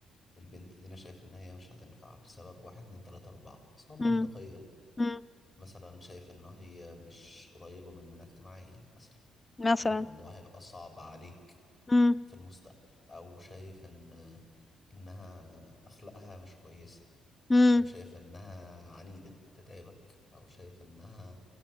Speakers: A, on the left; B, on the left.
A: البنت دي انا شايف ان هي مش هتنفع لسبب واحد اتنين تلاتة اربعة اسباب منطقية
B: مم. مم.
A: مثلا شايف ان هي مش قريبة مننا اجتماعيا مثلا
B: مثلا
A: فالموضوع هيبقى صعب عليك
B: مم.
A: في المستقبل او شايف ان انها اخلاقها مش كويسة
B: مم.
A: او شايف انها عنيدة هتتعبك او شايف انها